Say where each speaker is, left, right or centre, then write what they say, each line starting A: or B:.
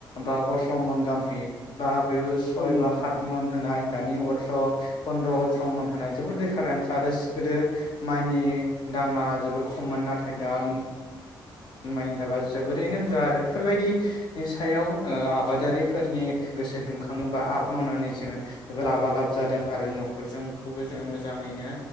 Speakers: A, on the left; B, on the left.
A: बा अथ्र मन गाहाम होयो बा बे सय
B: औ नोंथां
A: बा खात
B: औ
A: मन होनाय दानि अथ्र फन्द्र अथ्र मन होनाय जोबोद दिडिफारेन्स आरो गोदो माइनि दामा जोबोर खममोन। नाथाय दा मायनि दामा जोबोरैनो बुरजा आरो बेफोरबायदिनि सायाव ओ आबादारिफोरनि गोसो दुंखाङोबा आबाद मावनानै जोङो जोबोद लाबा लाब जादों आरो न'खरजोंखौबो जोङो मोजाङैनो